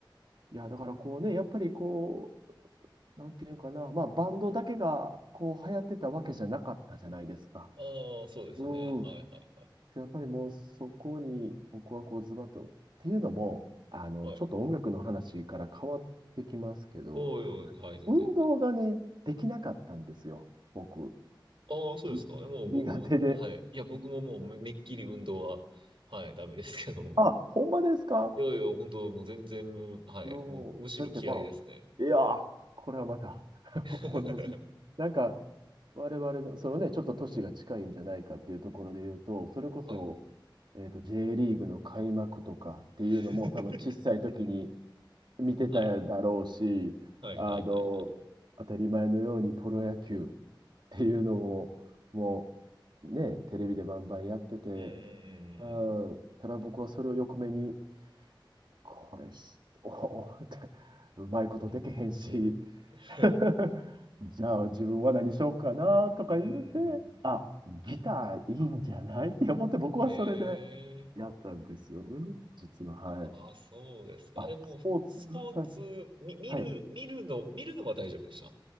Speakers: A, on the right; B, on the right.
A: いや、だからこうね、やっぱりこう、なんていうかな、まあ、バンドだけがこう流行ってたわけじゃなかったじゃないですか。
B: ああ、そうですよね。
A: うん。
B: はいはいはい。
A: やっぱりもうそこに僕はこうズバッと。っていうのも、あの、
B: はい。
A: ちょっと音楽の話から変わってきますけど、
B: おおい、はい、全然。
A: 運動がね、
B: はい
A: できなかったんですよ、僕。
B: ああ、そうですか。
A: に苦手で。
B: もう僕も、はい。いや、僕ももうめ、めっきり運動は、はい、ダメですけども。
A: あ、ほんまですか
B: いやいや、本当もう全然、むはい。
A: うん。
B: もう、むしろ嫌いですね。
A: だってまあ、いやー、これはまた <laughs>
B: <laughs>
A: 同じ。なんか、我々の、そのね、ちょっと都市が近いんじゃないかっていうところで言うと、それこそ、
B: はいはい。
A: えっと、J リーグの開幕とかっていうのも、
B: <laughs>
A: 多分小さい時に、見てただろうし、
B: はい。はいはいはいはい。
A: あの、当たり前のようにプロ野球 <laughs> っていうのも、もうね、テレビでバンバンやってて、
B: うんう
A: うん、
B: ん
A: ただ僕はそれを横目に、これし、おおって、うまいことできへんし、
B: うんうん。
A: <laughs>
B: <laughs>
A: じゃあ自分は何しようかなとか言うて、
B: うんうんうん。
A: あ、ギターいいんじゃないって思って僕はそれで
B: <laughs> ええ
A: やったんですよね、実は。はい。
B: ああ、そうですか。
A: あ、
B: え、もう、
A: スポーツ。
B: スポーツ、
A: はい。
B: み、見る、
A: はい
B: 見るの、見るのは大丈夫でした。